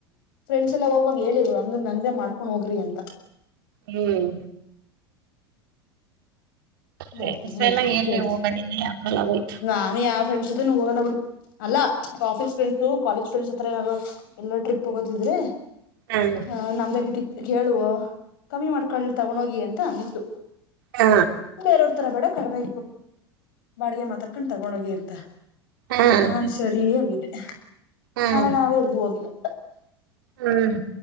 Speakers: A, on the left; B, on the right.
A: ಫ್ರೆಂಡ್ಸ್ ಎಲ್ಲಾ ಹೋಗಗಾಗ ಹೇಳಿ ನಮ್ ನನ್ ಮಾಡ್ಕೊಂಡ್ ಹೋಗ್ರಿ ಅಂತ
B: ಹ್ಮ್ ಫ್ರೆಂಡ್ಸ್
A: ಹೋಡ್ತೇನಿ ಹೇಳ್ತೇನೆ
B: ಎಲ್ಲ ಎಲ್ಲಿ
A: ಕೇಳ್ತೀನಿ
B: ಹೋಗೋದಿಲ್ಲ ಯಾಕಲ್ಲ ಹೋಯ್ತು
A: ನಾನು ಯಾವ ಫ್ರೆಂಡ್ ಜೋತೆ ಹೋಗೋ ಬಿ ಅಲ್ಲ ಆಫೀಸ್ ಫ್ರೆಂಡ್ಸು ಕಾಲೇಜ ಫ್ರೆಂಡ್ ಹತ್ರ ಏನಾರರು ಎಲ್ಲ ಟ್ರಿಪ್ ಹೋಗದಿದ್ರೆ
B: ಹ್ಮ್
A: ಹ ನಮ್ದಾಗ ಇಟ್ಟಿತ್ತು ಕೇಳುವ ಕಮ್ಮಿ ಮಾಡ್ಕೊಳ್ಳಿ ತಗೊಂಡೋಗಿ ಅಂತ ಅಂದಿತ್ತು
B: ಹಾ
A: ಬೇರವ್ರ ತರ ಬೇಡ ಕಡಿಮೆ ಬಾಡಿಗೆ ಮಾತಾಕೊಂಡು ತಗೊಂಡ ಹೋಗಿ ಅಂತ
B: ಹ್ಮ್
A: ನಾನ್ ಸರಿ ಆಗಿದೆ
B: ಹ್ಮ್
A: ಆಮೇಲೆ ನಾವೇ ಇಲ್ಗೂ ಹೋಗಿಲ್ಲ
B: ಹ್ಮ್